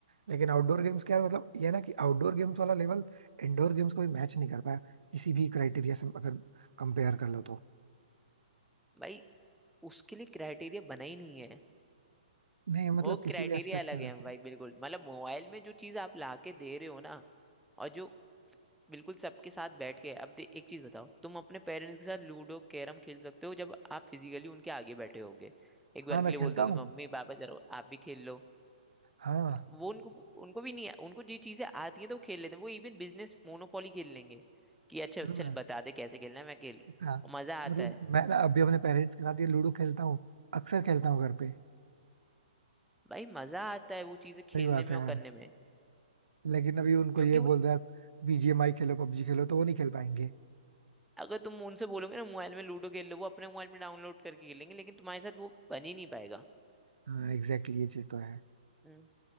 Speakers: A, on the right (about 90°); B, in the centre.
A: लेकिन आउटडोर गेम्स क्या है मतलब ये है ना कि आउटडोर गेम्स वाला लेवल इंडोर गेम्स को भी मैच नहीं कर पाया किसी भी क्राइटेरिया से अगर कंपेयर कर लो तो
B: भाई उसके लिए क्राइटेरिया बना ही नहीं है
A: नहीं मतलब
B: वो
A: किसी
B: क्राइटेरिया
A: भी एस्पेक्ट
B: अलग
A: में
B: है
A: देखो
B: भाई
A: तुम।
B: बिल्कुल मतलब मोबाइल में जो चीज आप ला के दे रहे हो ना और जो बिल्कुल सबके साथ बैठ के अब दे, एक चीज बताओ तुम अपने पेरेंट्स के साथ लूडो कैरम खेल सकते हो जब आप फिजिकली उनके आगे बैठे होगे एक बार
A: हाँ मैं
B: के लिए
A: खेलता
B: बोल दोगे
A: हूँ
B: मम्मी पापा चलो आप भी खेल लो
A: हाँ
B: वो उनको उनको भी नहीं उनको जी चीजें आती हैं तो वो खेल लेते हैं वो इवन बिजनेस मोनोपोली खेल लेंगे कि अच्छा
A: हाँ
B: चल बता दे कैसे खेलना है मैं खेल
A: हाँ
B: और मजा आता
A: मतलब
B: है
A: मैं ना अभी अपने पेरेंट्स के साथ ये लूडो खेलता हूँ अक्सर खेलता हूँ घर पे
B: भाई मजा आता है वो चीजें खेलने
A: सही बात
B: में
A: है
B: और
A: यार
B: करने में
A: लेकिन अभी उनको
B: क्योंकि
A: ये
B: वो
A: बोल दो यार बीजीएमआई खेलो पबजी खेलो तो वो नहीं खेल पाएंगे
B: अगर तुम उनसे बोलोगे ना मोबाइल में लूडो खेल लो वो अपने मोबाइल में डाउनलोड करके खेलेंगे लेकिन तुम्हारे साथ वो बन ही नहीं पाएगा
A: हाँ एग्जैक्टली ये चीज तो है
B: हम्म।